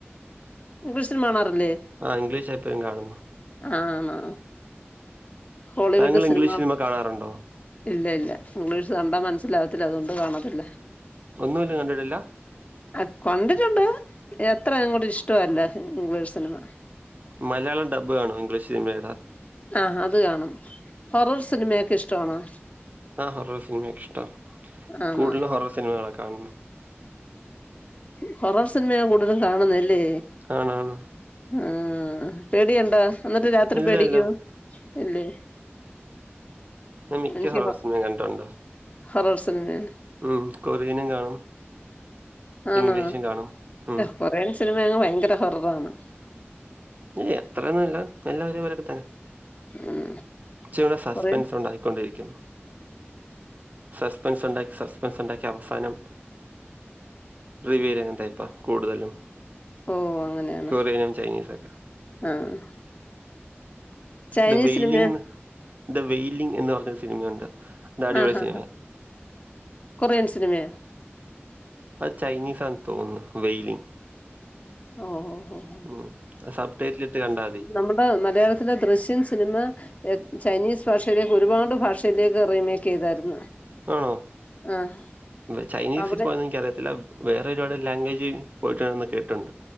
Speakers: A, on the left (about 35°); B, on the right (about 40°).
A: ഇംഗ്ലീഷ് സിനിമ കാണാറില്ലേ?
B: ആഹ് ഇംഗ്ലീഷെപ്പഴും കാണുന്നാ.
A: ആന്നോ. ഹോളിവുഡ്
B: താങ്കൾ
A: സിനിമ
B: ഇംഗ്ലീഷ് കാണാറുണ്ടോ
A: ഇല്ല ഇല്ല. ഇംഗ്ലീഷ് കണ്ടാ മനസ്സിലാവത്തില്ല, അതുകൊണ്ട് കാണത്തില്ല.
B: ഒന്നുഇല്ല കണ്ടിട്ടില്ല?
A: അ കണ്ടിട്ടുണ്ട്, എത്ര അങ്ങോട്ടിഷ്ടവല്ല ഇംഗ്ലീഷ് സിനിമ
B: മലയാളം ഡബ്ബ് കാണോ ഇംഗ്ലീഷ് സിനിമേടെ?
A: ആഹ് അത് കാണും. ഹൊറർ സിനിമയൊക്കെ ഇഷ്ടമാണോ?
B: ഹാ ഹൊറർ സിനിമയൊക്കെ ഇഷ്ടാ.
A: ആണോ
B: കൂടുതലും ഹൊറർ സിനിമകളാ കാണുന്നെ.
A: ഹൊറർ സിനിമയാ കൂടുതൽ കാണുന്നെ അല്ലേ?
B: ആണാണ്.
A: ഊം. പേടിയുണ്ടോ എന്നിട്ട് രാത്രി
B: ഇല്ല
A: പേടിയ്ക്കോ?
B: ഇല്ല
A: ഇല്ലേ
B: ഞാൻ മിക്ക
A: എനിക്ക്
B: ഹൊറർ
A: ഹ
B: സിനിമയും കണ്ടിട്ടുണ്ട്
A: ഹൊറർ സിനിമയാ
B: ഉം കൊറിയനും കാണും.
A: ആണോ?
B: ഇംഗ്ലീഷും കാണും ഉം
A: കൊറിയൻ സിനിമയങ്ങ് ഭയങ്കര ഹൊററാണ്.
B: ഇല്ല അത്രെന്നുല്ല, എല്ലം ഒരുപോലെയൊക്കെ തന്നെ.
A: ഉം
B: ച്ചൂടെ സസ്പെൻസ്
A: കൊറിയൻ
B: ഉണ്ടായിക്കൊണ്ടിരിക്കും. സസ്പെൻസ് ഉണ്ടാക്കി, സസ്പെൻസുണ്ടാക്കി അവസാനം റിവ്യൂലങ്ങൻത്ത ഇപ്പ കൂടുതലും
A: ഓഹ് അങ്ങനെയാണ്
B: കൊറിയനും ചൈനീസൊക്കെ
A: ആഹ്. ചൈനീസ്
B: ദ വെയിലിങ്
A: സിനിമയോ
B: ന്ന്, ദ വെയിലിങ് എന്ന് പറഞ്ഞൊരു സിനിമയുണ്ട്. അത് അടിപൊളി
A: ആഹ് ഹാ
B: സിനിമയാ.
A: ഹ, കൊറിയൻ സിനിമയൊ?
B: അത് ചൈനീസാന്ന് തോന്ന്ന്ന്, വെയിലിങ്.
A: ഓഹ് ഓ ഓ
B: ഉം, അത് സബ്ടൈറ്റിലിട്ട് കണ്ടാതി.
A: നമ്മുടെ മലയാളത്തിലെ ദൃശ്യൻ സിനിമ ചൈനീസ് ഭാഷയിലേക്ക് ഒരുപാട് ഭാഷയിലേക്ക് റീമേക്കെയ്തായിര്ന്ന്. ചെയ്തായിരുന്നു
B: ആണോ?
A: ആഹ്
B: വെ ചൈനീസിപ്പയൊന്നും
A: അവിടെ
B: എനിക്കറിയത്തില്ല വേറെ ഒരുപാട് ലാംഗ്വേജ് പോയിട്ടുണ്ടെന്ന് കേട്ട്ട്ടുണ്ട്.